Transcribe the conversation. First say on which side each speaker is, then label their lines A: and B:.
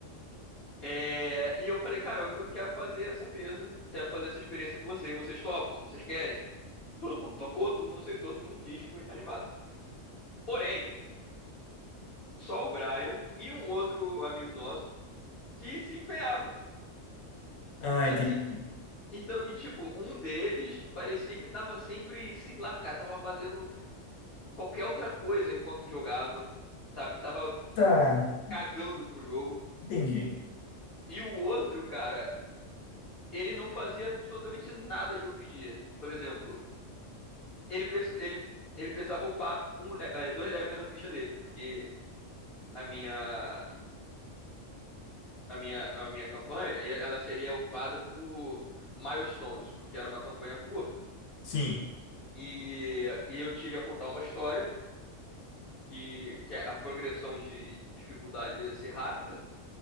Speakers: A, on the left (about 60°); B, on the left (about 85°).
A: É, e eu falei, cara, eu eu quero fazer essa mesa, quero fazer essa experiência com vocês. Vocês topam? Vocês querem? Todo mundo topou, todo mundo aceitou, todo mundo quis, ficou animado. Porém, só o Brian e um outro amigo nosso que se empenhava.
B: Ah,
A: Que
B: entendi.
A: assim, então, e tipo, um deles parecia que tava sempre, sei lá, cara, tava fazendo qualquer outra coisa enquanto jogava, sabe? Tava
B: Tá,
A: cagando pro jogo.
B: entendi.
A: E o outro, cara, ele não fazia absolutamente nada que eu pedia. Por exemplo, ele, preci ele, ele precisava upar um, le- eh, dois levels na ficha dele, porque a minha a minha, a minha campanha, e- ela seria upada por milestones, porque era uma campanha curta.
B: Sim.
A: E, e eu queria contar uma história, que, que a progressão de, de dificuldade ia ser rápida.